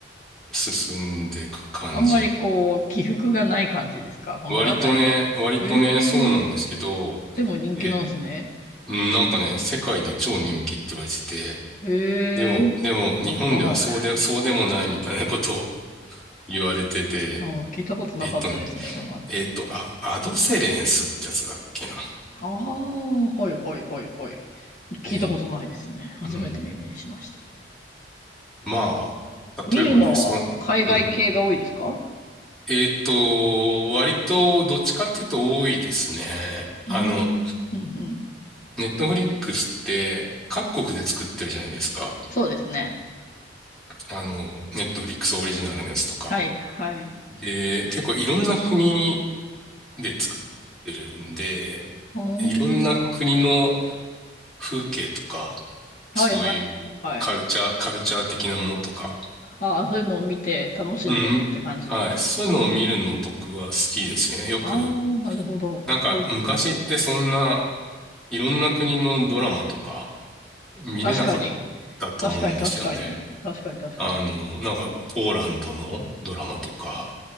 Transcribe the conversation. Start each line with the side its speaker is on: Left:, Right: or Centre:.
Centre: 進んでいく感じ。
Left: あ。あんまりこう、起伏がない感じですか物語の。
Centre: 割とね、割とね、
Left: ええ
Centre: そうなんですけど、
Left: でも人気なんですね。
Centre: えっうん、なんかね、世界で超人気って言われてて、
Left: ええ
Centre: でも、でも、日本ではそうで、
Left: 本当かな。
Centre: そうでもないみたいなことを <laughs> 言われてて、
Left: うん、聞いたことなかったですね、
Centre: えっとね、
Left: 今まで。
Centre: えっと、あ、アドセレンスってやつだっけな。
Left: ああ、はいはいはいはい。聞いたことないですね。
Centre: えー、
Left: 初めて耳にしました。
Centre: うん。まあ、
Left: 見るのは海外系が多いですか
Centre: 例えばね、そん、うん。えっと、割と、どっちかっていうと多いですね。
Left: うーん、
Centre: あの、
Left: うん、うん。
Centre: ネットフリックスって、各国で作ってるじゃないですか。
Left: そうですね。
Centre: あの、ネットフリックスオリジナルのやつとか。
Left: はい、はい。
Centre: で、結構いろんな国で作ってるんで、
Left: おー
Centre: いろんな国の風景とか、
Left: はい、
Centre: そういうカルチャー、
Left: はい、はい。
Centre: カルチャー的なものとか、
Left: ああ、そういうのを見て楽しんでるって感じなんですか。
Centre: うん、はい、そういうのを見るの僕は好きですね。よく、
Left: ああ、なるほど。
Centre: なんか昔ってそんな
Left: ほうほうほう。
Centre: いろんな国のドラマとか見れなかっ
Left: 確かに。
Centre: たと思うんですよね。
Left: 確かに、確かに。確かに、確かに。
Centre: あの、なんかポーランドのドラマとか、